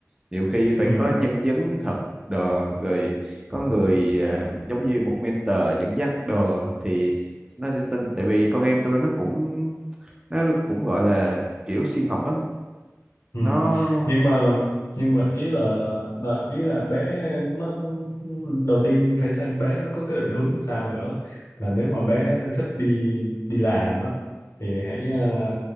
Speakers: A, on the right; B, on the left.
A: nhiều khi phải
B: ừ.
A: có nhân chứng thật đồ rồi có người à, giống như một mentor dẫn dắt đồ thì nó sẽ tin tại vì con em tôi nó cũng nó cũng gọi là kiểu siêng học lắm
B: Ừ.
A: nó
B: Nhưng mà nhưng mà ý là, là ý là bé nó đầu tiên phải xem bé nó có cái định hướng làm sao nữa là nếu mà bé thích đi đi làm á thì hãy ờ,